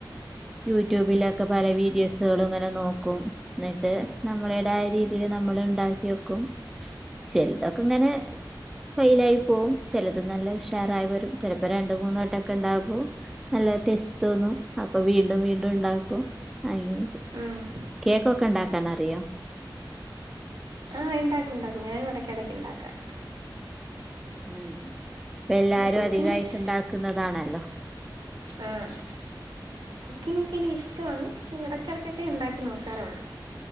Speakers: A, in the centre; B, on the right.
A: യൂട്യൂബിലൊക്ക പല വീഡിയോസുകള് ഇങ്ങനെ നോക്കും എന്നിട്ട് നമ്മളേതായ രീതിയില് നമ്മള് ഇണ്ടാക്കി വെക്കും ചെൽതൊക്കെ ഇങ്ങനെ ഫെയിലായി പോവും ചെലത് നല്ല ഉഷാറായി വരും ചെലപ്പൊ രണ്ട് മൂന്നെട്ടൊക്കെ ഇണ്ടാവും നല്ല ടെസ്റ്റോന്നും അപ്പൊ വീണ്ടും വീണ്ടും ഇണ്ടാക്കും അങ്ങനെയെക്കെ
B: ഉം.
A: കേക്കോക്കെ ഇണ്ടാക്കാനറിയൊ
B: ആഹ് ഇണ്ടാക്കും ഉണ്ടാക്കും ഞാ എടക്കെടക്ക് ഇണ്ടാക്കാറ്ണ്ട്
A: ഉം ഇപ്പെല്ലാരും
B: എനിക്ക് കുക്കിങ്ങൊക്കെ
A: അധികായിട്ട് ഇണ്ടാക്ക്ന്നതാണല്ലൊ
B: ആഹ് കുക്കിങ്ങൊക്കെ എനിക്കിഷ്ടാണ് എടക്കെടക്കൊക്കെ ഇണ്ടാക്കി നോക്കാറുണ്ട്